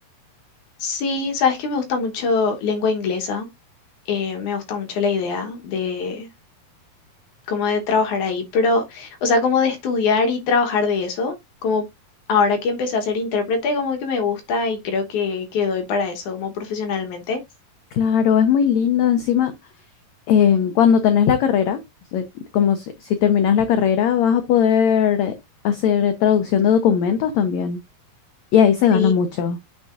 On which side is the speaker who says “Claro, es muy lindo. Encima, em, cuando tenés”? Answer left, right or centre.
Left